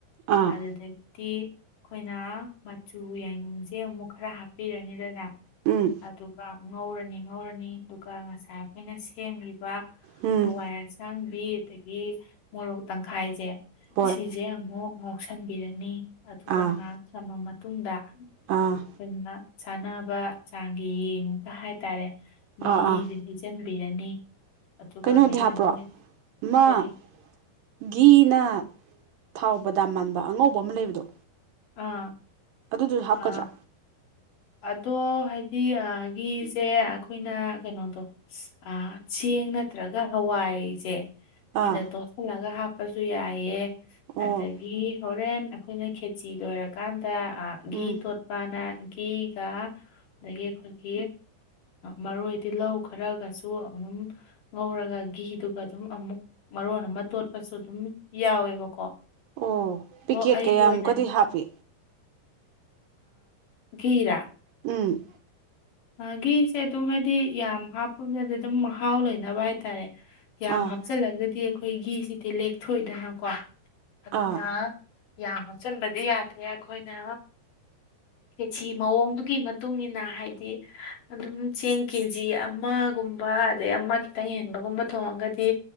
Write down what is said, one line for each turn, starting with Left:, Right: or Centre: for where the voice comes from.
Right: ꯑꯥ
Left: ꯑꯗꯨꯗꯒꯤ ꯤ ꯑꯩꯈꯣꯏꯅ ꯃꯆꯨ ꯌꯥꯏꯉꯪꯁꯦ ꯑꯃꯨꯛ ꯈꯔ ꯍꯥꯞꯄꯤꯔꯅꯤꯗꯅ
Right: ꯎꯝ
Left: ꯑꯗꯨꯒ ꯉꯧꯔꯅꯤ ꯉꯧꯔꯅꯤ ꯑꯗꯨꯒ ꯉꯁꯥꯏ ꯑꯩꯈꯣꯏꯅ ꯁꯦꯝꯂꯤꯕ
Right: ꯎꯝ
Left: ꯍꯋꯥꯏ ꯑꯁꯥꯡꯕꯤ ꯑꯗꯒꯤ ꯃꯣꯔꯣꯛ ꯇꯪꯈꯥꯏꯁꯦ
Right: ꯍꯣꯏ
Left: ꯁꯤꯁꯦ ꯑꯃꯨꯛ ꯉꯧꯁꯟꯕꯤꯔꯅꯤ ꯑꯗꯨꯒ
Right: ꯑꯥ
Left: ꯉꯥꯏꯍꯥꯛ ꯊꯝꯃ ꯃꯇꯨꯡꯗ
Right: ꯑꯥ
Left: ꯑꯩꯈꯣꯏꯅ ꯆꯥꯅꯕ ꯆꯥꯡꯒꯤ ꯌꯦꯡꯉꯒ ꯍꯥꯏꯇꯥꯔꯦ
Right: ꯑꯥ
Left: ꯃꯍꯤꯁꯦ
Right: ꯑꯥ
Left: ꯍꯩꯖꯟꯕꯤꯔꯅꯤ ꯑꯗꯨꯒ
Right: ꯀꯩꯅꯣꯗꯤ
Left: ꯃꯍꯤ
Right: ꯍꯥꯞꯄ꯭ꯔꯣ
Left: <unintelligible>
Right: ꯑꯃ
Left: ꯀꯔꯤ
Right: ꯘꯤꯅ ꯊꯥꯎ ꯕꯗꯥꯝ ꯃꯥꯟꯕ ꯑꯉꯧꯕ ꯑꯃ ꯂꯩꯕꯗꯣ
Left: ꯑꯥ
Right: ꯑꯗꯨꯗꯨ ꯍꯥꯞꯀꯗ꯭ꯔꯥ
Left: ꯑꯥ ꯑꯗꯣ ꯍꯥꯏꯗꯤ ꯘꯤꯁꯦ ꯑꯩꯈꯣꯏꯅ ꯀꯩꯅꯣꯗꯣ ꯑ ꯆꯦꯡ ꯅꯠꯇ꯭ꯔꯒ ꯍꯋꯥꯏꯁꯦ
Right: ꯑꯥ
Left: ꯁꯤꯗ ꯇꯣꯠꯁꯤꯜꯂꯒ ꯍꯥꯞꯄꯁꯨ ꯌꯥꯏꯑꯦ
Right: ꯑꯣ
Left: ꯑꯗꯒꯤ ꯍꯣꯔꯦꯟ ꯑꯩꯈꯣꯏꯅ ꯈꯦꯆꯤ ꯂꯣꯏꯔꯀꯥꯟꯗ ꯘꯤ
Right: ꯎꯝ
Left: ꯇꯣꯠꯄꯅ ꯘꯤꯒ ꯑꯗꯒꯤ ꯑꯩꯈꯣꯏꯒꯤ ꯃꯔꯣꯏ ꯇꯤꯜꯍꯧ ꯈꯔꯒꯁꯨ ꯑꯗꯨꯝ ꯉꯧꯔꯒ ꯘꯤꯗꯨꯒ ꯑꯗꯨꯝ ꯑꯃꯨꯛ ꯃꯔꯣꯟ ꯑꯃ ꯇꯣꯠꯄꯁꯨ ꯑꯗꯨꯝ ꯌꯥꯎꯋꯦꯕꯀꯣ
Right: ꯑꯣ ꯄꯤꯀꯦꯠ
Left: ꯑꯗꯣ ꯑꯩꯒꯤ
Right: ꯀꯌꯥꯃꯨꯛꯀꯗꯤ
Left: ꯑꯣꯏꯅ
Right: ꯍꯥꯞꯄꯤ
Left: ꯘꯤꯔꯥ
Right: ꯎꯝ
Left: ꯑ ꯘꯤꯁꯦ ꯑꯗꯨꯝ ꯍꯥꯏꯗꯤ ꯌꯥꯝ ꯍꯥꯞꯄ <unintelligible> ꯑꯗꯨꯝ ꯃꯍꯥꯎ ꯂꯩꯅꯕ ꯍꯥꯏꯇꯥꯔꯦ ꯌꯥꯝ
Right: ꯑꯥ
Left: ꯍꯥꯞꯆꯤꯜꯂꯒꯗꯤ ꯑꯩꯈꯣꯏ ꯘꯤꯁꯤꯗꯤ ꯂꯦꯛꯊꯣꯛꯏꯗꯅꯀꯣ ꯑꯗꯨꯅ
Right: ꯑꯥ
Left: ꯌꯥꯝ ꯍꯥꯆꯤꯟꯕꯗꯤ ꯌꯥꯗꯦ ꯑꯩꯈꯣꯏꯅ ꯈꯦꯆꯤ ꯃꯑꯣꯡꯗꯨꯒꯤ ꯃꯇꯨꯡ ꯃꯇꯨꯡꯏꯟꯅ ꯍꯥꯏꯗꯤ ꯑꯗꯨꯝ ꯆꯦꯡ ꯀꯦ ꯖꯤ ꯑꯃꯒꯨꯝꯕ ꯑꯗꯩ ꯑꯃ ꯈꯤꯇꯪ ꯍꯦꯟꯕꯒꯨꯝꯕ ꯊꯣꯡꯉꯒꯗꯤ